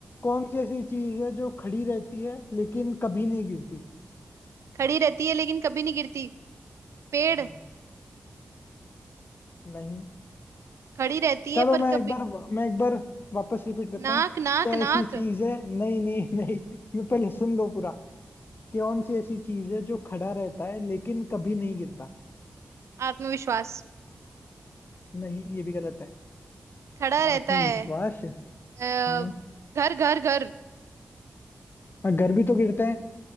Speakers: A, on the left; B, on the right.
A: कौन सी ऐसी चीज है जो खड़ी रहती है लेकिन कभी नहीं गिरती
B: खड़ी रहती है लेकिन कभी नहीं गिरती पेड़
A: हम्म, नहीं
B: खड़ी रहती है
A: चलो
B: पर
A: मैं
B: कभी
A: एक बार मैं एक बार वापस रिपीट करता
B: नाक
A: हूँ
B: नाक
A: क्या ऐसी
B: नाक
A: चीज है नहीं नहीं नहीं मैं पहले सुन लो पूरा कौन सी ऐसी चीज है जो खड़ा रहता है लेकिन कभी नहीं गिरता
B: आत्मविश्वास
A: नहीं ये भी गलत है
B: खड़ा
A: आत्मविश्वास
B: रहता है
A: है
B: अ,
A: हम्म
B: घर घर घर
A: हाँ, घर भी तो गिरते हैं